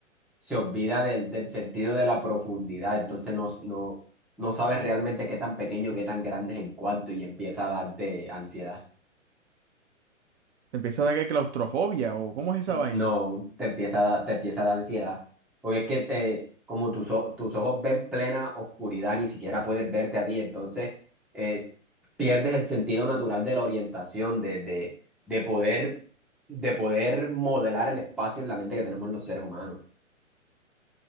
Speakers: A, in the centre; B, on the right.
A: se olvida del, del sentido de la profundidad. Entonces no, no, no sabe realmente qué tan pequeño, qué tan grande es el cuarto y empieza a darte ansiedad.
B: te empieza a dar que claustrofobia o ¿cómo es esa vaina?
A: No, te empieza a dar, te empieza a dar ansiedad. Porque es que eh, como tus, o- tus ojos ven plena oscuridad, ni siquiera puedes verte a ti, entonces eh, pierdes el sentido natural de la orientación, de, de, de poder, de poder modelar el espacio en la mente que tenemos los seres humanos.